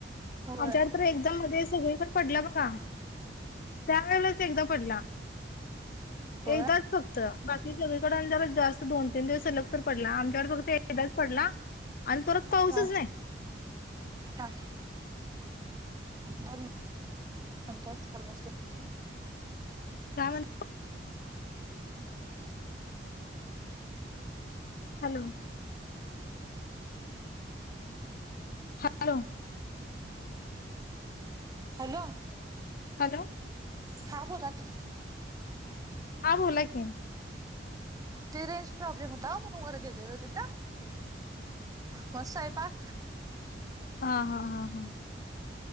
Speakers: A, on the right (about 20°); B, on the left (about 55°).
A: होय
B: आमच्याकड तर एकदा मध्ये सगळीकड पडला बघा त्या वेळेलाच एकदा पडला.
A: होय
B: एकदाच फक च बाकी सगळीकड जरा जास्त दोन - तीन दिवस सलग तर पडला आमच्याकड फक्त एकदाच पडला आणि परत पाऊसच
A: हा
B: नाही
A: हा. <unintelligible>
B: काय म्हण हॅलो हॅलो
A: हॅलो
B: हॅलो
A: हा बोला की
B: हा बोला की
A: ते रेंज प्रॉब्लेम होता ओ म्हणून वर गेलेलो तिथं म स्वयपाक
B: हा हा हा हा